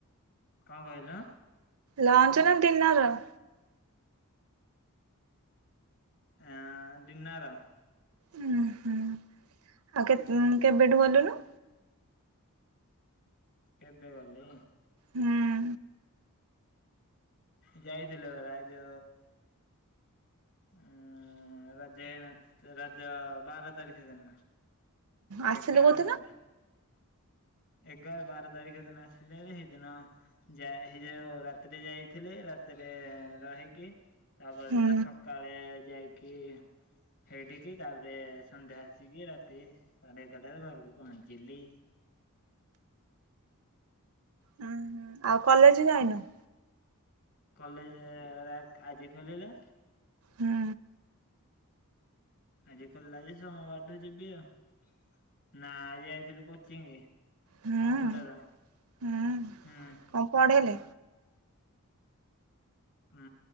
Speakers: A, on the left (about 60°); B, on the right (about 65°).
A: କଣ କହିଲ?
B: ଲାଞ୍ଚ ନା ଡିନର? <inaudible>
A: ଆ ଡିନର।
B: ହୁଁ ହୁଁ ଆଉ କେ କେବେଠୁ ଗଲୁଣୁ?
A: କେବେ ଗଲି?
B: ହୁଁ
A: ଯାଇଥିଲି ରାଜ ଉ ରଜ ହେଇନ ରଜ ବାର ତାରିଖ ଦିନ।
B: ଆସିଲୁ
A: ଏଗାର
B: କୋଉଦିନ?
A: ବାର ଏଗାର ବାର ତାରିଖ ଦିନ ଆସିଲିଭାରି, ସେଇଦିନ ଯା ସେ ଯୋଉ ରାତିରେ ଯାଇଥିଲେ, ରାତିରେ ରହିକି ତା ପର
B: ହୁଁ
A: ଦିନ ସକାଳେ ଯାଇକି ସେଠିକି, ତାପରେ ସନ୍ଧ୍ୟା ଆସିକି ରାତି ସାଢେ ଏଗାରଟାରେ ଘରକୁ ପହଞ୍ଚିଲି।
B: ହୁଁ ଆଉ କଲେଜ ଯାଇନ? <inaudible>
A: କଲେଜରେ ଆଜି ଖୋଲିଲେ।
B: ହୁଁ।
A: ଆଜି ଖୋଲିଲା ଯେ ସୋମବାର ଠୁ ଯିବି ଆଉ। <inaudible> ନା ଆଜି ଯାଇଥିଲି କୋଚିଂ।
B: ହୁଁ
A: କମ୍ପ୍ୟୁଟର
B: ହୁଁ।
A: ହୁଁ।
B: କଣ ପଢେଇଲେ
A: ହୁଁ